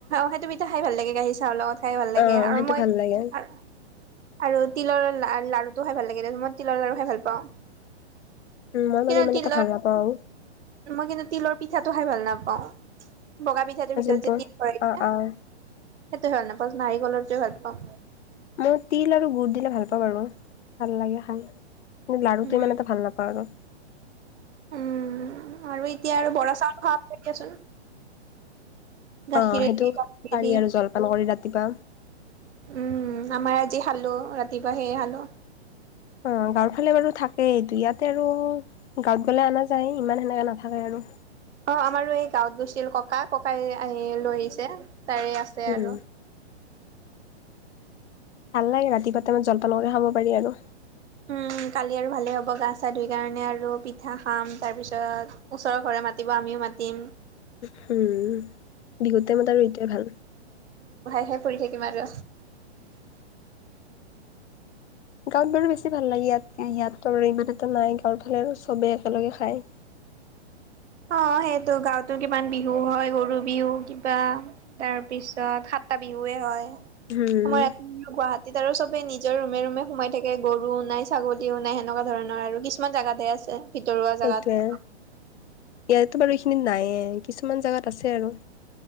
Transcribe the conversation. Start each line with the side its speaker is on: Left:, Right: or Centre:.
Right: সেইটো পিঠা খাই ভাল লাগে গাহীৰ চাহৰ লগত খাই ভাল লাগে
Left: অ',
Right: আৰু
Left: সেইটো
Right: মই
Left: ভাল লাগে।
Right: আ আৰু তিলৰ লাৰুটো খাই ভাল লাগে তেই তিলৰ লাৰু খাই ভাল পাওঁ।
Left: উ মই মানে
Right: কিন্তু
Left: ইমান
Right: তিলৰ
Left: এটা ভাল নাপাওঁ।
Right: মই কিন্তু তিলৰ পিঠাটো খাই ভাল নাপাওঁ। বগা পিঠাটোৰ ভিতৰত
Left: যোনটো
Right: যে তিল কয় এতিয়া।
Left: অ',
Right: সেইটো
Left: অ',
Right: ভাল নাপাওঁ, নাৰি কলৰটো ভাল পাওঁ।
Left: মৌ তিল আৰু গুড় দিলে ভাল পাওঁ আৰু ভাল লাগে খাই। লাৰুটো
Right: উম
Left: ইমান এটা ভাল নাপাওঁ আৰু।
Right: উম আৰু এতিয়া আৰু বৰা চাউন খাব দিয়াচোন। গাখিৰেদি
Left: অ', সেইটো
Right: গখদি
Left: পাৰি আৰু জলপান কৰি ৰাতিপুৱা।
Right: উম আমাৰ। আজি খালো ৰাতিপুৱা সে খালো।
Left: অ গাঁৱৰ ফালে বাৰু থাকেইটো ইয়াতে আৰু গাঁৱত গলে অনা যায়, ইমান সেনেকা নাথাকে আৰু
Right: অ আমাৰো এই গাঁৱত গৈছিল ককা ককাই আহি লৈ আহিছে তাৰে আছে
Left: উম,
Right: আৰু
Left: ভাল লাগে ৰাতিপুৱা টাইমত জলপানৰে খাব পাৰি আৰু
Right: উম কালি আৰু ভালে হ'ব গা চা ধুই কাৰণে আৰু পিঠা খাম তাৰ পিছত ওচৰৰ ঘৰে মাতি আমিও মাতিম।
Left: শুম বিহু টাইম আৰু এইটোৱে ভাল।
Right: হে কৰি থাকিম আৰু
Left: গাঁৱত বাৰু বেছি ভাল লাগে, ইয়াতকে ইয়াতো ইমানো নাই গাঁৱৰ ফালে আৰু চবেই একেলগে খায়। <inaudible>
Right: অ সেইটো গাঁৱতো কিমান বিহু হয় গৰু বিহু কিবা, তাৰপিছত টা বিহু হে হয়।
Left: শুম
Right: আমাৰ ইয়াত গুৱাহাটীত আৰু চবে নিজৰ ৰুমে ৰুমে সোমাই থাকে, গৰুও নাই ছাগলীও নাই সেনেুৱা ধৰণৰ আৰু কিছুমান জাগাত জাতে আছে ভিতৰুৱা
Left: সেইটোয়ে।
Right: জাগাত।
Left: ইয়াতো বাৰু এইখিনিত নাইে, কিছুমান জোগাত আছে আৰু।